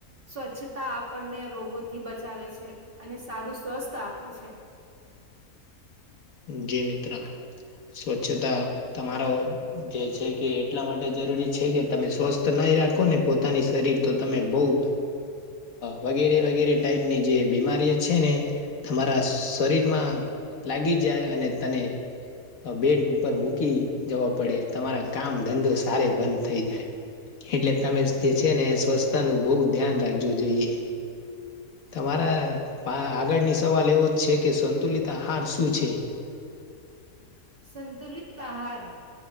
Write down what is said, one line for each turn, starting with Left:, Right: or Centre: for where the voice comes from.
Right: સ્વચ્છતા આપણને રોગોથી બચાવે છે અને સારું સ્વસ્થ આપે છે.
Left: જી મિત્ર સ્વચ્છતા તમારો જે છે કે એટલા માટે જરૂરી છે કે તમે સ્વસ્થ નહી રાખોને પોતાની શરીર તો તમે બહ વગેરે વગેરે ટાઈપની જે બીમારી છે ને તમારા શરીરમાં લાગી જાય અને તને બેડ ઉપર મૂકી જવા પડે, તમારા કામ ધંધો સારે બંધ થઈ જાય. એટલે તમે જે છે ને સ્વસ્થતાનું બહુ ધ્યાન રાખવું જોઈએ. તમારા પા આગળની સવાલ એવો જ છે, કે સંતુલિત આહાર શું છે?
Right: સંતુલિત આહાર,